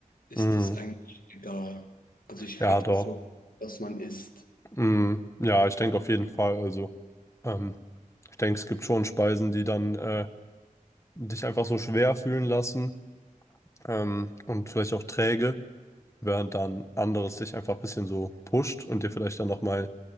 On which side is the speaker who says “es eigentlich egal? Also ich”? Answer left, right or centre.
Left